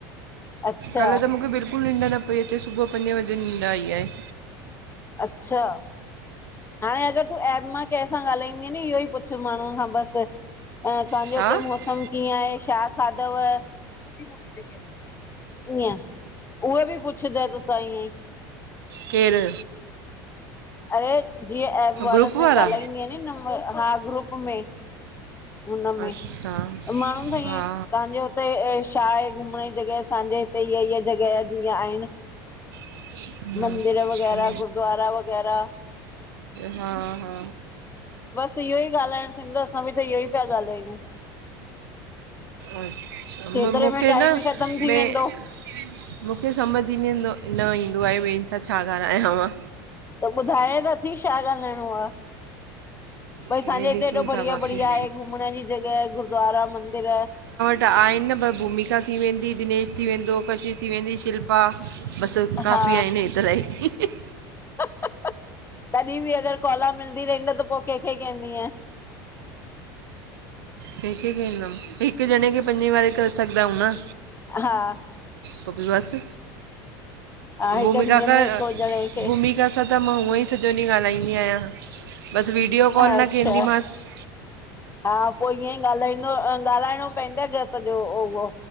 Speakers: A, on the left (about 20°); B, on the right (about 85°).
A: अच्छा
B: कल्ह त मूंखे बिल्कुलु निंड न पई अचे सुबुह पंजे बजे निंड आई आहे।
A: अच्छा। हाणे अगरि तूं ऐप मां कंहिं सां ॻाल्हाईंदीअ नी इहो ई पुछु माण्हू खां बस। ए तव्हांजे
B: छा
A: हुते मस् कमु कीअं छा खाधव। इेहे आ। उहे बि पुछंद तोसां इेहेई।
B: केरु।
A: अड़े जीअं एब वारनि
B: ग्रुप
A: में
B: वारा
A: ॻाल्हाईंदी नंबर हा ग्रुप में। हुनमें।
B: अच्छा
A: त माण्हून सां ईअई
B: हा
A: तव्हांजो। त ए ए छा आहे घुमण ई जॻह असजे हिते ई ईीअ जॻह जीअं आहिनि।
B: <inaudible>
A: मंदिर
B: अच्छा
A: वगैरह, गुद्वारा वगैरह
B: हा। हा।
A: त इहो ई ॻाल्हाइणु थींदोसां बि त इहो ई पिया ॻाल्हायूं।
B: अच्छा
A: केतिरे
B: मु- मूंखे
A: में टाइम
B: न
A: ई ख़तम थी
B: में
A: वेंदो।
B: मूंखे सम्झ ई न ईंदो, न ईंदो आहे ॿियनि सां छा ॻाल्हायां मां।
A: त ॿुधाय त थी छा ॻाल्हाइणो आ। भई असांजे
B: हे
A: हिते
B: ॾिसूं
A: एॾो बढ़िया,
B: था बाक़ी
A: बढ़िया आहे। घुमण जी जॻहि गुरुद्वारा मंदिर।
B: त आहिनि न पर भूमिका थी वेंदी, दिनेश थी वेंदो, कशिश थी वेंदी, शिल्पा बसि काफ़ी
A: हा
B: आहिनि हे एतरा ई।
A: अ अ तॾहिं बि अॻारि कोला मिलंदी रही त पोइ कंहिंखे कंहिंजंदी।
B: कंहिंखे कंदमि हिकु ॼणे खे पंजे वारे करे सघंदा न।
A: हा।
B: पो प बस
A: हा हिक
B: भूमिका
A: ॾींहं
B: खां।
A: में हिकु ॼणे खे
B: भूमिका सां त मां हूअं ई स जोनी ॻाल्हाईंदी आहियां बसि वीडियो कॉल
A: अच्छा
B: न कंदीमासि।
A: हा पो ईअं ई ॻाल्हाईंदो ॻाल्हाइणो पवंदो क सॼो उह